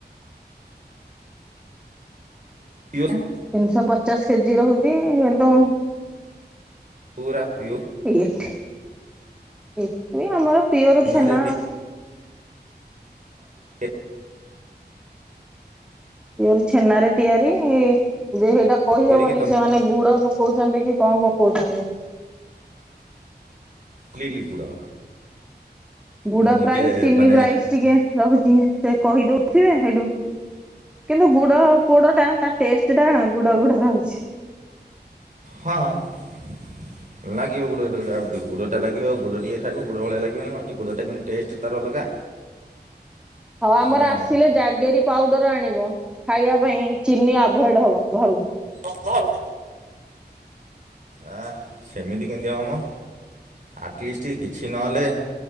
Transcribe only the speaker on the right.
<unintelligible>
ପୁରା ପିଓର।
ଛେନାରେ
ତିଆରି
କରିକି ତମେ
କ୍ଲିଲି ଗୁଡ଼।
ମୁଁ ନିଜେ
ମାନେ
ହଁଁ ଲାଗିବ ଗୁଡ଼ ଗ ଗୁଡ଼ଟା ଲାଗିବ ଆଉ ଗୁଡ଼ ଟିକଏ ଖାଇବ ଗୁଡ଼ ଭଳିଆ ଲାଗି ବନି ଗୁଡ଼ଟା କିନ୍ତୁ ଟେଷ୍ଟ ତାର ଅଲଗା।
ନା
ଘ୍ ଘରୁ। ଆ ସେମିତି କେମିତି ହବ ମ। ଆଟଲିଷ୍ଟ କିଛି ନହେଲେ